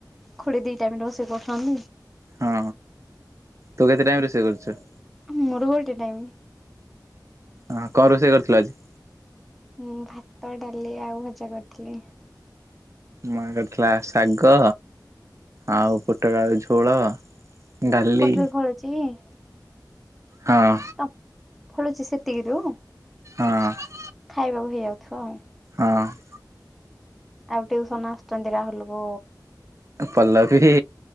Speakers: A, in the centre; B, on the right.
A: ଖୁଡୀ ଦି ଟା ବି ରୋଷେଇ କ ଖନି।
B: ହଁ ତୁ କେତେ ଟାଇମ ରୋଷେଇ କରୁଛୁ?
A: ମୋର ଗୋଟେ ଟାଇମି।
B: ହଁ କ ରୋଷେଇ କରିଥିଲ ଆଜି।
A: ମୁଁ ଭାତ ଡାଲି ଆଉ ଭଜା କରିଥିଲି।
B: ମାଆ କରିଥିଲା ଶାଗ ଆଉ ପୋଟଳଆଳୁ ଝୋଳ। ଡାଲି
A: ପୋଟଳ ଫଳୁଚି ।
B: ହଁ
A: <unintelligible> ଫଳୁଚି ସେ <unintelligible>
B: ଉଁ ହୁଁ।
A: ଖାଇବାକୁ ଦେଇଆଇଥିବ ଆଉ ।
B: ହଁ ।
A: ଆଉ ଟିଉସନ ଆସୁଛନ୍ତି ରାହୁଲ କୁ
B: ପଲ୍ଲବୀ